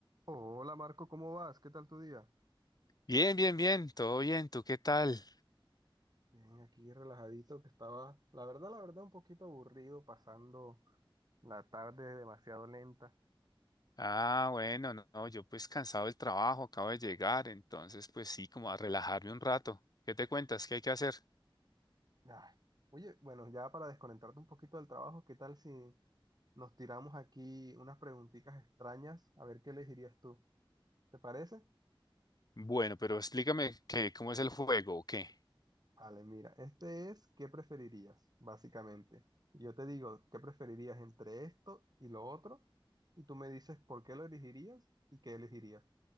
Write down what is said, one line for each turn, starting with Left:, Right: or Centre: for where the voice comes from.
Right: Hola Marco, ¿cómo vas? ¿Qué tal tu día?
Left: Bien, bien, bien, todo bien, ¿tú qué tal?
Right: Bien, aquí relajadito que estaba, la verdad, la verdad, un poquito aburrido, pasando la tarde demasiado lenta.
Left: Ah, bueno, no, no, yo pues cansado del trabajo, acabo de llegar, entonces pues sí, como a relajarme un rato. ¿Qué te cuentas? ¿Qué hay que hacer?
Right: Ay, Oye, bueno, ya para desconectarte un poquito del trabajo, ¿qué tal si nos tiramos aquí unas preguntitas extrañas? A ver qué elegirías tú. ¿Te parece?
Left: Bueno, pero explícame qué, cómo es el juego o qué. <laughs>
Right: Vale, mira, este es ¿qué preferirías? Básicamente. Y Yo te digo, ¿qué preferirías entre esto y lo otro? Y tú me dices por qué lo elegirías y qué elegirías.